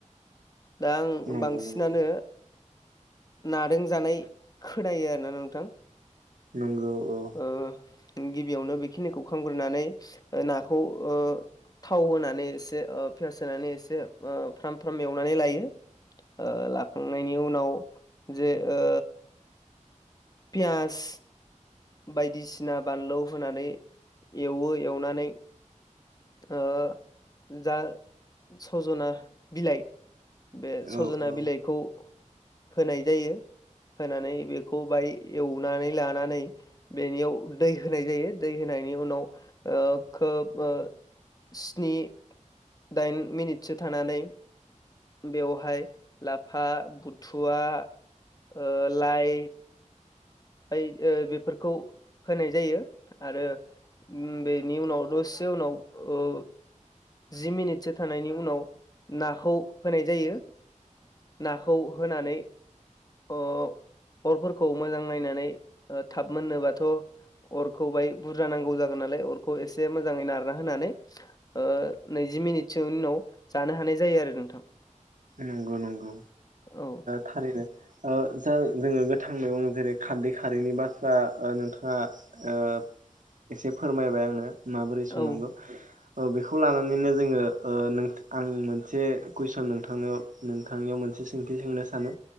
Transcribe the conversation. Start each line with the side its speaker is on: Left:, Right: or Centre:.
Left: दा आं
Right: नंगौ
Left: बांसिनानो
Right: नंगौ
Left: नादों जानाय खोनायो आर ना नोंथां।
Right: नंगौ औ
Left: ओ गिबियावनो बेखिनिखौ खामग्रोनानै नाखौ ओ थाव होनानै एसे पियास होनानै एसे फ्राम फ्राम एवनानै लायो ओ लाखांनायनि उनाव जे ओ पियास बायदिसिना बानलु होनानै एवो एवनानै ओ जा सजना बिलाइ बे सजना
Right: औ औ
Left: बिलाइखौ होनाय जायो होनानै बेखौ बाहाय एवनानै लानानै बेनियाव दै होनाय जायो दै होनायनि उनाव ओ खोब ओ स्नि दाइन मिनिटसो थानानै बेवहाय लाफा, बुथुवा ओ लाइ ओमफाय ओ बेफोरखौ होनाय जायो आरो बेनि उनाव दसे उनाव ओ जि मिनिटसो थानायनि उनाव नाखौ होनाय जायो। नाखौ होनानै अ अरफोरखौ मोजां नायनानै थाब मोननोबाथ' अरखौ बाय बुरजा नांगौ जागोन नालाय अरखौ एसे मोजाङै नारना होनानै ओ नै जि मिनिटसो उनाव जानो हानाय जायो आरो नोंथां।
Right: नंगौ नंगौ
Left: औ
Right: थारैनो जा जोङो गोथां मैगं जेरै खारदै खारैनि बाथ्रा नोंथाङा ओ एसे फोरमायबाय आंनो माबोरै
Left: औ
Right: संनांगौ बेखौ लानानैनो जोंङो ओ नों आं मोनसे कुइसन नों थांनियाव नोंथांनियाव मोनसे सोंथि सोंनो सानो